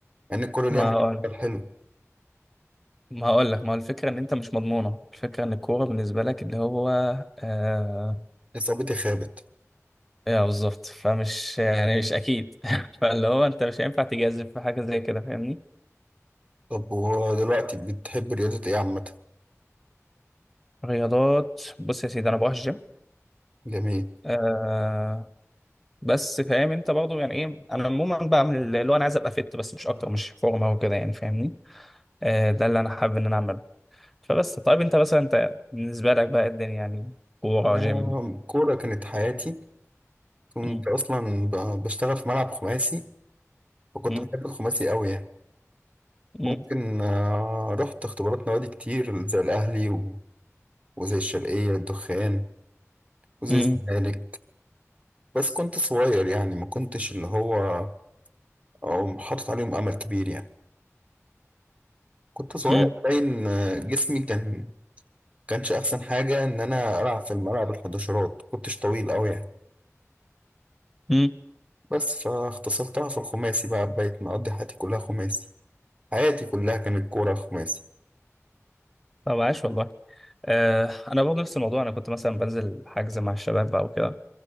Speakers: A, on the right (about 25°); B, in the centre.
A: يعني الكورة
B: ما
A: ليها
B: هقول
A: مستقبل حلو
B: ما هقول لك ما هو الفكرة إن أنت مش مضمونة الفكرة إن الكورة بالنسبة لك اللي هو آه
A: إصابتي خابت
B: ايه بالظبط فمش يعني مش اكيد <laughs> فاللي هو انت مش هينفع تجازف في حاجه زي كده فاهمني
A: طب ودلوقتي بتحب رياضة إيه عامة؟
B: رياضات بص يا سيدي انا بروح الجيم
A: جميل
B: آه بس فاهم انت برضه يعني ايه انا عموما بعمل اللي هو انا عايز ابقى فت بس مش اكتر مش فورمه وكده يعني فاهمني آه ده اللي انا حابب ان انا اعمله فبس طيب انت مثلا انت بالنسبه لك بقى إيه الدنيا يعني كوره
A: أنا
B: جيم
A: الكورة كانت حياتي كنت
B: مم،
A: أصلا ب- بشتغل في ملعب خماسي فكنت
B: مم،
A: بحب الخماسي أوي يعني
B: مم،
A: ممكن آه، رحت اختبارات نوادي كتير زي الأهلي و- وزي الشرقية الدخان وزي
B: مم،
A: الزمالك بس كنت صغير يعني ما كنتش اللي هو أو حاطط عليهم أمل كبير يعني كنت صغير
B: مم،
A: باين آه، جسمي كان كانش أحسن حاجة إن أنا ألعب في الملعب الحداشرات كنتش طويل أوي يعني
B: مم.
A: بس فاختصرتها في الخماسي بقى بقيت مقضي حياتي كلها خماسي حياتي كلها كانت كورة خماسي
B: طب عاش والله آه انا برضه نفس الموضوع انا كنت مثلا بنزل حجز مع الشباب بقى وكده